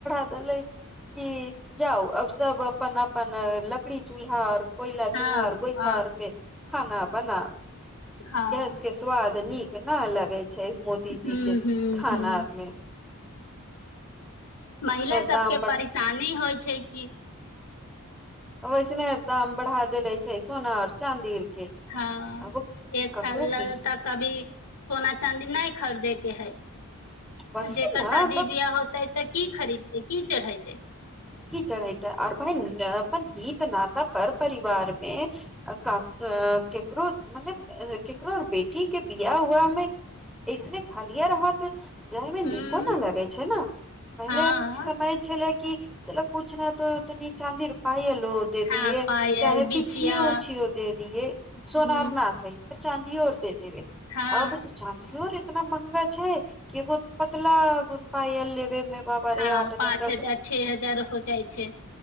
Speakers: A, in the centre; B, on the left.
A: बदले कि जाउ अब सब अपन अपन लकड़ी चूल्हा आर। कोयला
B: हँ
A: चूल्हार कोइ
B: हँ
A: ठार पे। खाना बनाा।
B: हँ
A: गैस के स्वाद नीक। केना लगे छै। मोदीजी
B: हूं
A: के।
B: हूं
A: खाना
B: हूं
A: आरमे।
B: महिला सबके
A: दाम
B: परेशानी होइ छै की।
A: वैसनेर दाम बढ़ा देेले छै सोना आर चाँदी। के
B: हँ
A: आब
B: एक
A: ककरो
B: साल
A: भी
B: तक अभी सोना चाँदी नहि खरीदेत। के हइ।
A: वही
B: जकर
A: न
B: शादी
A: तब
B: बियाह होता है तऽ। की खरीदतै। की चढ़ेतै
A: की चढ़इतै अर भइ अपन ही। नता पर परिवार मे ककरो मने ककरो बेटी के बिया हुआमे इसने खालिया राहत। जाय मे
B: हूं
A: नीको न लगे छै ने पहिले
B: हँ
A: समय। कि चलो किुछ ने त तऽ। चाँदी पायल ओ दे
B: हँ
A: दिये
B: पायल
A: चाहे बिछिो
B: बिछिया
A: उछिो दे दिये सोनार
B: हूं
A: न सही। चाँदीऔर दे।
B: हँ
A: आब तऽ चाँदीओर। इतना महंगा छै क एगो पतला गुन पाल ले। फेमे बाब
B: हँ
A: रे आठ द।
B: पाँच हजार छ हजार हो जाइ छै।